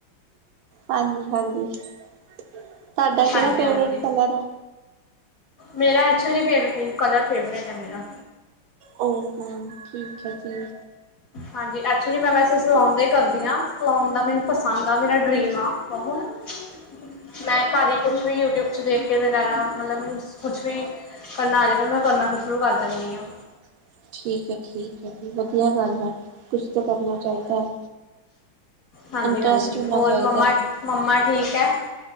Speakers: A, on the right; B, on the left.
A: ਹਾਂਜੀ- ਹਾਂਜੀ। ਤੁਹਾਡਾ
B: ਹਾਂਜੀ-ਹਾਂਜੀ।
A: ਕਿਵੇਂ ਫੇਵਰੇਟ ਕਲਰ ਆ
B: ਮੇਰਾ actually baby pink colour favourite ਹੈ ਮੇਰਾ
A: ਉਹ ਹੌ ਠੀਕ ਹੈ ਜੀ
B: ਹਾਂਜੀ <unintelligible> ਐਕਚੁਲੀ ਮੈਂ ਵੈਸੇ ਸਿਲਾਉਣ ਦਾ ਹੀ ਕਰਦੀ ਹਾਂ ਸਲਾਉਣ ਦਾ ਮੈਨੂੰ ਪਸੰਦ ਆ ਮੇਰਾ ਡਰੀਮ ਆ ਮੈਂ ਘਰ ਹੀ ਕੁਛ ਵੀ ਯੂਟਿਊਬ ਚ ਦੇਖ ਕੇ ਵਗੈਰਾ ਮਤਲਬ ਕੁਛ ਵੀ ਕਰਨਾ ਆ ਰਿਹਾ ਪਰ ਮੈਂ ਕਰਨਾ ਕੁ ਸ਼ੁਰੂ ਕਰ ਦਿੰਦੀ ਹਾਂ
A: <inaudible> ਠੀਕ ਹੈ ਠੀਕ ਹੈ ਵਧੀਆ ਗੱਲ ਹੈ ਕੁਛ ਤਾਂ ਕਰਨਾ ਚਾਹੀਦਾ ਹੈ
B: ਹਾਂਜੀ
A: ਇੰਟਰਸਟ
B: ਹਾਂਜੀ
A: ਹੋਣਾ
B: ਹੋਰ
A: ਚਾਹੀਦਾ
B: ਮੰਮਾ
A: ਹੈ
B: ਮੰਮਾ ਠੀਕ ਹੈ